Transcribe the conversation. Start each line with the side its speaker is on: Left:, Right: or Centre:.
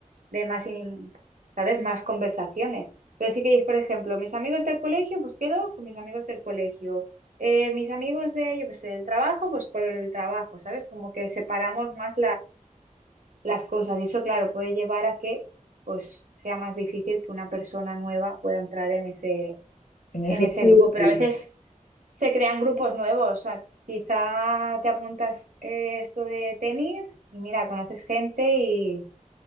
Right: de más, in- ¿sabes? Más conversaciones. Pero sí que es, por ejemplo, mis amigos del colegio, pues quedo con mis amigos del colegio. Eh, mis amigos de, yo qué sé, del trabajo, pues con el trabajo, ¿sabes? Como que separamos más las cosas. Y eso, claro, puede llevar a que pues sea más difícil que una persona nueva pueda entrar en ese,
Left: En ese
Right: en ese
Left: círculo.
Right: grupo. Pero a veces se crean grupos nuevos. O sea, quizá te apuntas eh, esto de tenis y mira, conoces gente y